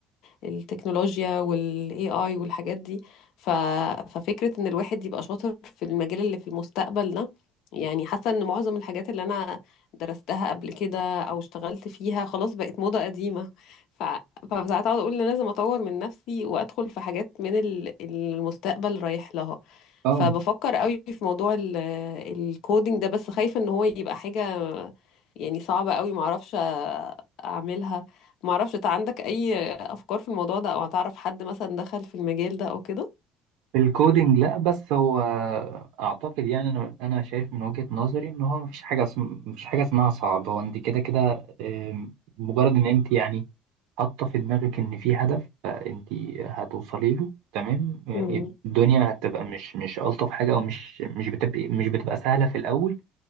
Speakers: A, on the left; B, on the right.
A: التكنولوجيا والاي اي والحاجات دي ف... ففكرة ان الواحد يبقى شاطر في المجال اللي في المستقبل ده يعني حاسة ان معظم الحاجات اللي انا درستها قبل كده او اشتغلت فيها خلاص بقت موضة قديمة ف... فساعات اقعد اقول إن لازم اطور من نفسي وادخل في حاجات من ال- المستقبل رايح لها
B: اه
A: فبفكر قوي في موضوع ال- الكودينج ده بس خايفة ان هو يبقى حاجة يعني صعبة قوي معرفش اعملها معرفش انت عندك اي افكار في الموضوع ده او هتعرف حد مثلا دخل في المجال ده او كده
B: الكودينج لا بس هو اعتقد يعني انا انا شايف من وجهة نظري ان هو مفيش حاجه اسم... مفيش حاجه اسمها صعب هو انت كده كده آم، مجرد ان انت يعني حاطه في دماغك ان في هدف فانت هتوصلي له تمام آه،
A: مم.
B: الدنيا هتبقى مش مش الطف حاجه او مش مش بتبقى مش بتبقى سهله في الاول